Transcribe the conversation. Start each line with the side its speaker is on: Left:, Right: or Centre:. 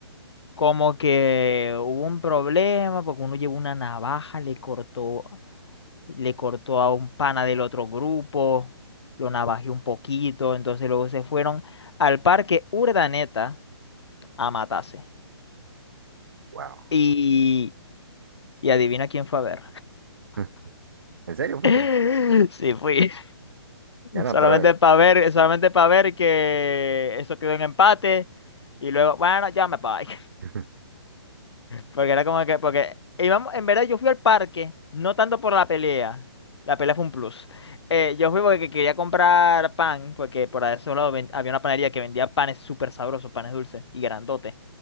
Left: Como que hubo un problema porque uno llevó una navaja, le cortó, le cortó a un pana del otro grupo, lo navajeó un poquito, entonces luego se fueron al parque Urdaneta a matarse.
Right: Wow.
Left: Y, y adivina quién fue a ver.
Right: Mm, ¿En serio, fuiste?
Left: <laughs> Sí, fui.
Right: Ya no,
Left: Solamente
Right: pero
Left: para ver, solamente para ver que eso quedó en empate. Y luego, bueno, ya me voy.
Right: Ujú,
Left: Porque era como que, porque íbamos, en verdad yo fui al parque, no tanto por la pelea, la pelea fue un plus. Eh, yo fui porque quería comprar pan, porque por ahí solo ven- había una panadería que vendía panes súper sabrosos, panes dulces y grandotes.